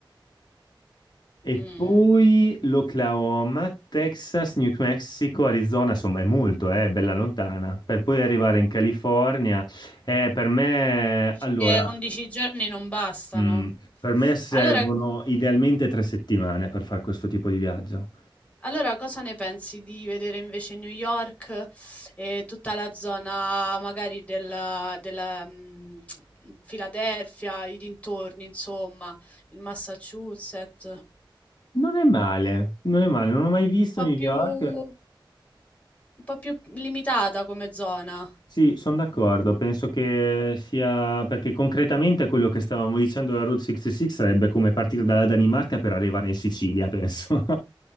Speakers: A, on the left; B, on the left.
A: E
B: mm.
A: poi l'Oklahoma, Texas, New Mexico, Arizona, insomma è molto, eh, è bella lontana, per poi arrivare in California. Eh, per me,
B: Dici
A: allora,
B: che 11 giorni non bastano.
A: mm, per me servono
B: Allora,
A: idealmente tre settimane per fare questo tipo di viaggio.
B: allora cosa ne pensi di vedere invece New York e tutta la zona magari della, della, mm, Filadelfia, i dintorni, insomma, il Massachusetts?
A: Non è male, non è male, non ho mai visto
B: po'
A: New York.
B: più, un po' più limitata come zona.
A: Sì, sono d'accordo, penso che sia perché concretamente quello che stavamo dicendo la Route 66 sarebbe come partire dalla Danimarca per arrivare in Sicilia, penso.